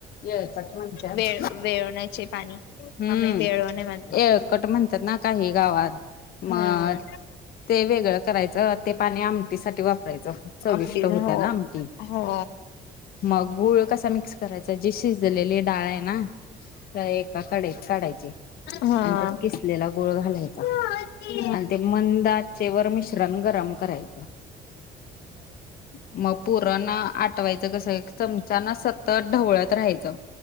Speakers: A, on the left; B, on the left.
A: येळकोट म्हणत्यात
B: वेळ वेळवण्याचे पाणी
A: हम्म,
B: आम्ही वेळवणे म्हणतो. हम्म.
A: एकट म्हणत्यात ना काही गावात, मग
B: हम्म
A: ते वेगळं करायचं आणि ते पाणी आमटीसाठी वापरायचं चविष्ट
B: अगदीच
A: होत्या
B: हो
A: ना आमटी.
B: हो.
A: मग गुळ कसा मिक्स कराय? च जी शिजलेली डाळ येणा, ति एका कढईत काढायची.
B: हा.
A: आणि त्यात किसलेला गूळ घालायचा,
B: हम्म.
A: आणि ते मंद आचेवर मिश्रण गरम करायचं. मग पुरण आठवायचं कसं, एक चमचान असं ढवळत राहायचं,